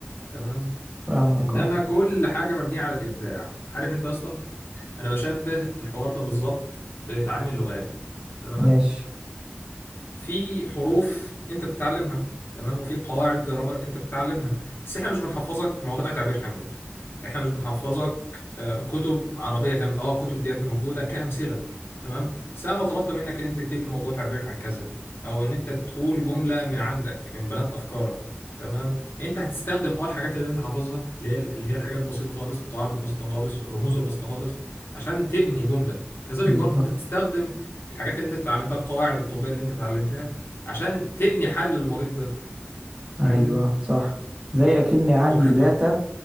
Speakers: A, on the left; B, on the right.
A: تمام
B: فاهمك
A: انما
B: اه
A: كل حاجه مبنيه على الابداع عارف انت يا اسطى انا بشبه الحوار ده بالظبط بتعليم اللغات تمام
B: ماشي
A: في حروف انت بتتعلمها تمام وفي قواعد جرامر انت بتتعلمها بس احنا مش بنحفظك موضوع تعبير كامله احنا مش بنحفظك آه، كتب عربيه كامله اه الكتب ديت موجوده كامثله تمام بس انا لو طلبت منك ان انت تكتب لي موضوع تعبير عن كذا او ان انت تقول جمله من عندك من بنات افكارك تمام انت هتستخدم اه الحاجات اللي انت حافظها اللي هي اللي هي الحاجات البسيطه خالص القواعد البسيطه خالص الرموز البسيطه خالص عشان تبني جمله كذلك
B: بالظبط
A: برضه انت بتستخدم الحاجات اللي انت اتعلمتها القواعد الطبية اللي انت اتعلمتها عشان تبني حل للمريض ده تفهمني
B: ايوه صح زي اكني عندي
A: و... و...
B: داتا